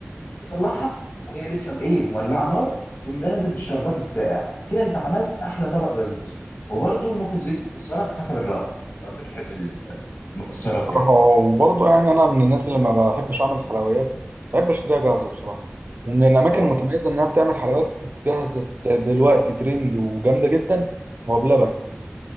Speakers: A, on the left; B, on the right.
A: تطلعها وهي لسه ايه مولعه نار تقوم نازل بالشربات الساقع كده انت عملت احلى طبق بسبوسه وبرده ممكن تضيف مكسرات حسب الرغبه لو انت بتحب ال- المكسرات
B: بصراحة
A: يعني
B: وبرضه يعني أنا من الناس اللي ما بحبش أعمل حلويات بحب أشتريها جاهزة بصراحة ومن الأماكن
A: اه
B: المتميزة إنها بتعمل حلويات جاهزة دلوقتي ترند وجامدة جدا هو بلبن
A: مم.